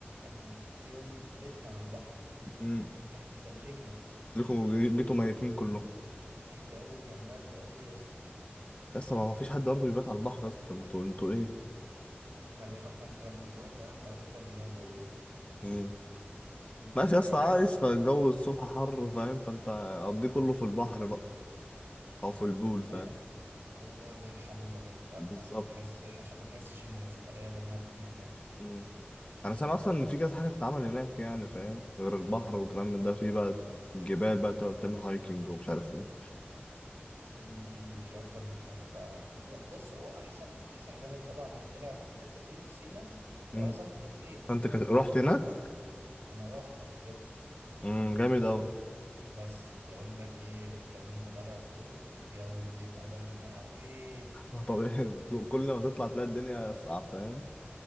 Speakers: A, on the right (about 70°); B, on the left (about 30°).
A: احنا في يوم بيتنا على البحر
B: امم
A: احنا تلجنا
B: لكم جيتوا ميتين كلكم
A: الجو كان برد قوي يا اسطى
B: لسه ما ما فيش حد برضه بيبات على البحر يا اسطى انتوا انتوا ايه
A: <laughs> ما لا- ما انت لما تروح دهب هتفهم اللي انا بقوله لك
B: امم
A: دي
B: ماشي يا اسطى
A: حاجه
B: عايش
A: <laughs>
B: طيب الجو الصبح حر فاهم فانت قضيه كله في البحر بقى او في البول
A: اه
B: فاهم
A: هو ده ده الحل الوحيد فعلا
B: بالظبط
A: عشان تحس عشان ما تحسش ان السفريه دمها تقيل يعني
B: امم انا سامع اصلا ان في كذا حاجه تتعمل هناك يعني فاهم غير البحر والكلام من ده في بقى الجبال بقى تقعد تعمل هايكنج ومش عارف ايه
A: في في في اكتر من حاجه فعلا خصوصا بص هو احسن احسن جبل طبعا يطلع في الحته دي في سينا
B: امم
A: هو سانت كاترين
B: فانت كت... رحت هناك
A: انا رحت قبل كده
B: امم جامد
A: بس
B: قوي
A: بس بقول لك ايه انت وانت طالع فوق الجو بيبقى برد قوي
B: ما طبيعي <laughs> كل ما تطلع تلاقي الدنيا اصعب فاهم